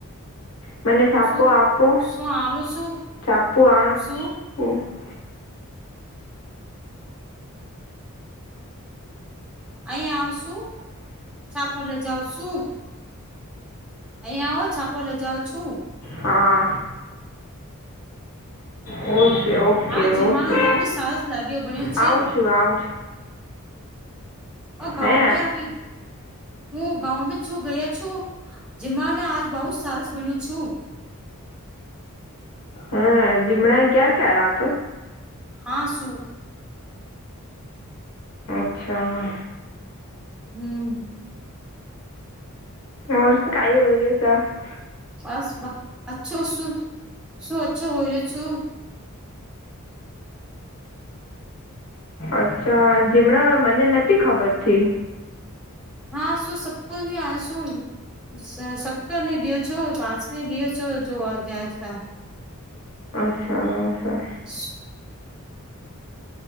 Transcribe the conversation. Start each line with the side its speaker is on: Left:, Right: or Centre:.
Left: મને છાપો
Centre: શું
Left: આપો
Centre: શું હાલું શું
Left: છાપું આપું.
Centre: શું
Left: <unintelligible>
Centre: અહીયાં આવશું છાપ એટલે જાવશું અહીંયા આવો છાપો લઈ જાવ છું
Left: હા. ઓકે ઓકે
Centre: આ જમાનો
Left: ઓકે
Centre: બહુ સરસ લાગ્યો બન્યો
Left: આવું
Centre: છે
Left: છું આવું છું.
Centre: ઓ ગાવ
Left: હે
Centre: મે અભી- હું ગાઓમાં છું ગયા છું જેમાંને આજ બઉ જ સરસ ભણ્યો છું <unintelligible>
Left: હા ઝીમડા ગયા ક્યા આપ
Centre: હા શું?
Left: અચ્છા.
Centre: હમ્મ.
Left: ઓર કાઈ ઓર્યું તર <unintelligible>
Centre: બસ અચ્છો શું શું અચ્છો હોરહ્યો શું? <unintelligible>
Left: અચ્છા જીમડા મને નથી ખબરથી
Centre: હા શું સબ કુછ આયા શું <unintelligible> સપતર ને દિવસો પાંચમ દિવસો જોવા જયા છા <unintelligible>
Left: અચ્છા સર
Centre: <inaudible>